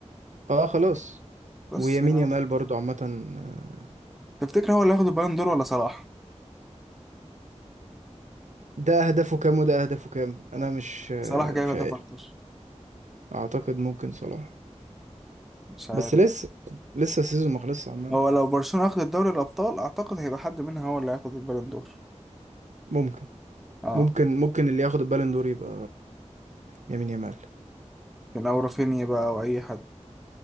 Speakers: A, on the right; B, in the centre.
A: اه خلاص
B: بس
A: ويمين
B: يعني هو-
A: يامال برضو عامه آه،
B: تفتكر هو اللي هياخد البالون دور ولا صلاح؟
A: ده اهدافه كام وده اهدافه كام انا مش آه،
B: صلاح جايب
A: مش
B: هدف
A: عارف
B: أكتر
A: اعتقد ممكن صلاح
B: مش عارف
A: بس لسه لسه السيزون ما خلصش عامه
B: هو لو برشلونة أخدت دوري الأبطال أعتقد هيبقى حد منها هو اللي هياخد البالون دور
A: ممكن
B: اه
A: ممكن ممكن اللي ياخد البالون دور يبقى يمين يامال
B: كان أو رافينيا بقى أو أي حد